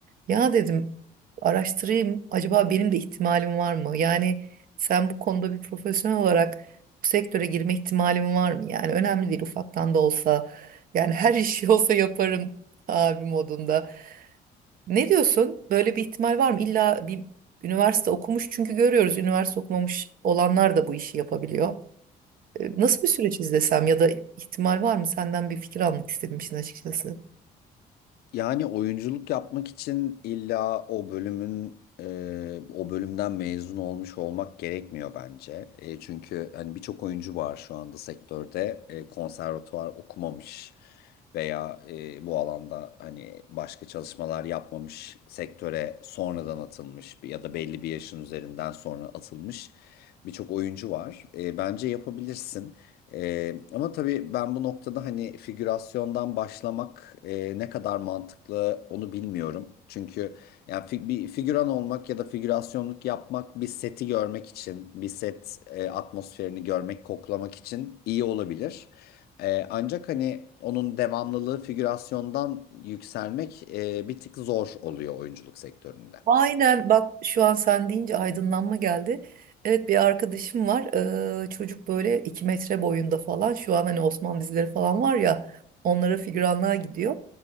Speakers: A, on the right; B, on the left.
A: Ya dedim araştırayım acaba benim de ihtimalim var mı? Yani sen bu konuda bir profesyonel olarak bu sektöre girme ihtimalim var mı? Yani önemli değil ufaktan da olsa yani her <laughs> işi olsa yaparım abi modunda. Ne diyorsun? Böyle bir ihtimal var mı? İlla bir üniversite okumuş çünkü görüyoruz üniversite okumamış olanlar da bu işi yapabiliyor. E, Nasıl bir süreç izlesem ya da ihtimal var mı? Senden bir fikir almak istedim işin açıkçası.
B: Yani oyunculuk yapmak için illa o bölümün e, o bölümden mezun olmuş olmak gerekmiyor bence. E, çünkü hani birçok oyuncu var şu anda sektörde e, konservatuvar okumamış veya e, bu alanda hani başka çalışmalar yapmamış sektöre sonradan atılmış ya da belli bir yaşın üzerinden sonra atılmış birçok oyuncu var. E, bence yapabilirsin. Ee, ama tabii ben bu noktada hani figürasyondan başlamak e, ne kadar mantıklı onu bilmiyorum. Çünkü yani fi- bir figüran olmak ya da figürasyonluk yapmak bir seti görmek için, bir set e, atmosferini görmek, koklamak için iyi olabilir. Ee, ancak hani onun devamlılığı figürasyondan yükselmek e, bir tık zor oluyor oyunculuk sektöründe.
A: Aynen bak şu an sen deyince aydınlanma geldi. Evet bir arkadaşım var. Ee, çocuk böyle 2 metre boyunda falan. Şu an hani Osmanlı dizileri falan var ya onlara figüranlığa gidiyor.